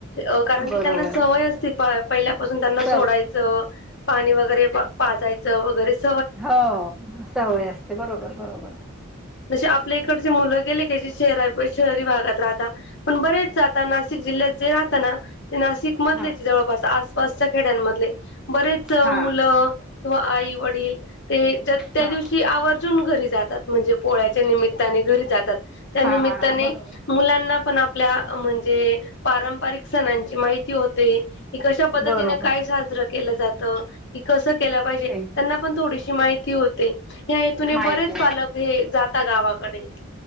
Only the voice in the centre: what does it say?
बरोबर
सव
हो सवय असते, बरोबर-बरोबर
हा
हा
हा
हा बरोबर
बरोबर
तेच
माहिती